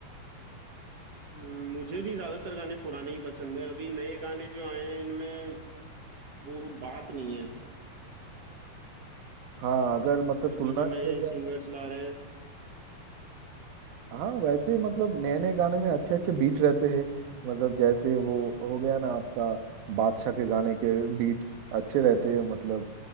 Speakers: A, on the right; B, on the right.
A: म, मुझे भी ज्यादातर गाने पुराने ही पसंद हैं अभी नए गाने जो आए हैं इनमें वो बात नहीं है
B: हाँ अगर मतलब
A: अभी
B: तुलना
A: जो नए
B: किया जाए
A: सिंगर्स ला रहे हैं
B: हाँ वैसे मतलब नए नए गाने में अच्छे अच्छे बीट रहते हैं मतलब जैसे वो हो गया ना आपका बादशाह के गाने के बीट्स अच्छे रहते हैं मतलब